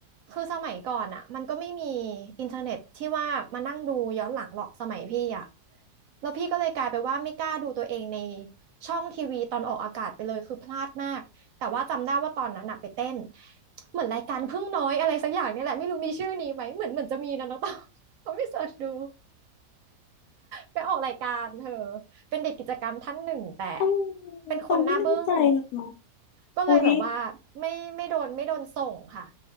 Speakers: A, on the right; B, on the left.
A: คือสมัยก่อนอ่ะมันก็ไม่มีอินเทอร์เน็ตที่ว่ามานั่งดูย้อนหลังหรอกสมัยพี่อ่ะแล้วพี่ก็เลยกลายไปว่าไม่กล้าดูตัวเองในช่องทีวีตอนออกอากาศไปเลยคือพลาดมากแต่ว่าจำได้ว่าตอนนั้นน่ะไปเต้นเหมือนรายการพึ่งน้อยอะไรสักอย่างเนี่ยแหละไม่รู้มีชื่อนี้ไหมเหมือนเหมือนจะมีนะน้องต้องต้องไปเสิร์ชดู ไปออกรายการเธอเป็นเด็กกิจกรรมท่านหนึ่งแต่
B: อ๋อ
A: เป็นคนหน้าบึ้ง
B: ตองไม่แน่ใจเลยเนาะ
A: ก็เลยแบบว่าไม่ไม่โดนไม่โดนส่งค่ะ
B: อุ๊ย